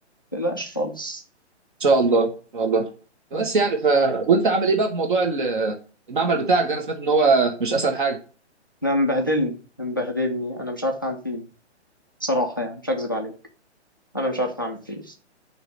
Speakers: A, on the left (about 20°); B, on the right (about 45°).
A: تقلقش خالص
B: شاء الله ان شاء الله
A: بس
B: بس يعني ف وانت عامل ايه بقى في موضوع ال- المعمل بتاعك ده انا سمعت ان هو مش اسهل حاجه
A: ده مبهدلني مبهدلني انا مش عارف اعمل فيه إيه. بصراحه يعني مش هكذب عليك انا مش عارف اعمل فيه إيه.